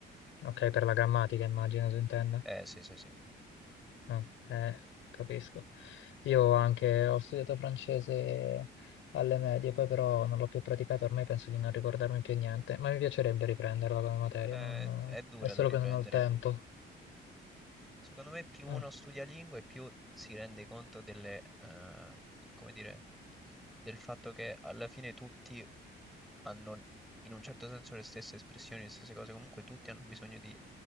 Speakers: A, on the left; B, in the centre.
A: Ok, per la grammatica immagino tu intenda.
B: Eh sì, sì, sì.
A: Mm, eh, capisco. Io anche ho studiato francese alle medie, poi però non l'ho più praticato, ormai penso di non ricordarmi più niente, ma mi piacerebbe riprenderla come materia,
B: È,
A: non-
B: è dura
A: è solo
B: da riprendere.
A: che non ho il tempo.
B: Secondo me più
A: Mm,
B: uno studia lingue, più si rende conto delle, eh, come dire, del fatto che alla fine tutti hanno in un certo senso le stesse espressioni, le stesse cose. Comunque tutti hanno bisogno di,